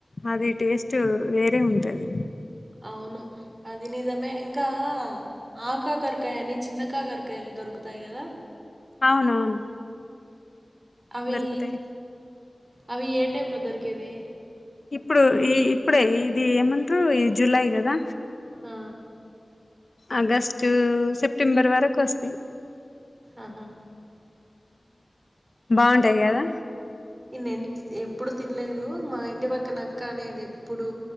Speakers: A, on the left; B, on the right.
A: అది టేస్ట్ వేరే ఉంటది
B: అవును అది నిజమే ఇంకా ఆ కాకరకాయ అని చిన్న కాకరకాయలు దొరుకుతాయి కదా
A: అవునవును
B: అవి
A: దొరుకుతాయి
B: అవి ఏ టైమ్ లో దొరికేది
A: ఇప్పుడు ఈ ఇప్పుడే ఇది ఏమంటారు ఈ జులై కదా
B: ఆ
A: ఆగస్టు సెప్టెంబర్ వరకు వస్తాయి
B: ఆహా
A: బాగుంటాయి కదా
B: నేను ఎప్పుడు తినలేదు మా ఇంటి పక్కన అక్క అనేది ఎప్పుడు